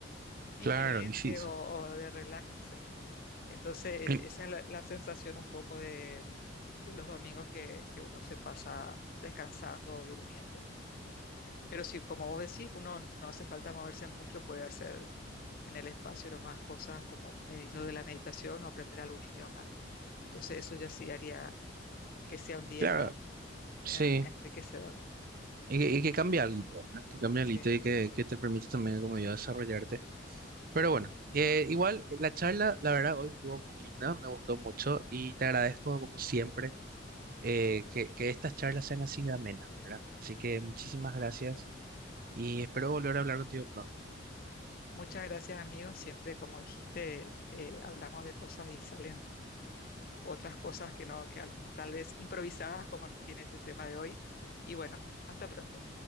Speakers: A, on the left; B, on the right.
A: <laughs> diferentes
B: Claro, y sí, sí.
A: o, o de relax. no sé. Entonces,
B: Em,
A: esa es la, la sensación un poco de, de los domingos que, que uno se pasa descansando o durmiendo. Pero sí, como vos decís, uno no hace falta moverse mucho, puede hacer en el espacio nomás cosas como medi- lo de la meditación o aprender algún idioma. Entonces eso ya sí haría que sea un día
B: Claro, sí.
A: en- enriquecedor.
B: Y que, y que cambia algo, ¿verdad? Que cambia
A: Sí.
B: algo y que, que te permite también, como yo, desarrollarte. Pero bueno, eh, igual eh, la charla, la verdad, hoy estuvo muy linda, me gustó mucho y te agradezco, como siempre, eh, que, que estas charlas sean así de amenas, ¿verdad? Así que muchísimas gracias y espero volver a hablar contigo pronto.
A: Muchas gracias, amigos. Siempre, como dijiste, eh, hablamos de cosas y salen otras cosas que no, que al- tal vez improvisadas, como nos tiene este tema de hoy. Y bueno, hasta pronto.